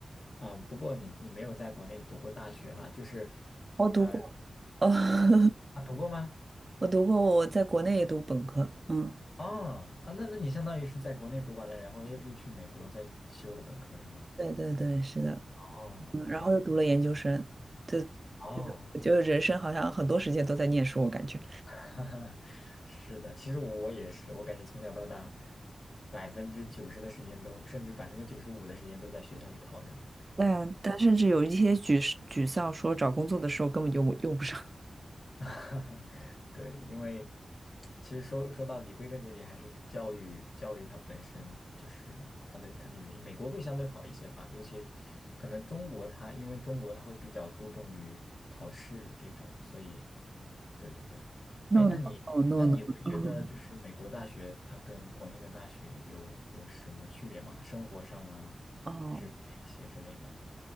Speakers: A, on the left (about 55°); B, on the right (about 35°).
A: 嗯，不过你你没有在国内读过大学啦，就是，
B: 我读过，
A: 呃，
B: 哦，<laughs>
A: 啊，读过吗？
B: 我读过，我在国内也读本科。嗯，
A: 啊啊，那那你相当于是在国内读完了，然后又又去美国再修了本科是吗？
B: 对对对，是的。
A: 哦，OK，
B: 嗯，然后又读了研究生。对
A: 哦，
B: 对，就觉得人生好像很多时间都在念书，我感觉。
A: <laughs> 是的，其实我也是，我感觉从小到大，百分之九十的时间都，甚至百分之九十五的时间都在学校里泡着呢。
B: 但但甚至有一些沮沮丧，说找工作的时候根本就用不上。
A: <laughs> 对，因为其实说说到底，归根结底还是教育，教育它本身就是它的它的原因。美国会相对好一些吧，尤其可能中国它，因为中国它会比较注重于考试这种，所以对对对。
B: No
A: 哎，那你那你会觉得就是美国大学它跟国内的大学有有什么区别吗？
B: no no no no。
A: 生活上啊，
B: 哦，
A: 这这一些之类的。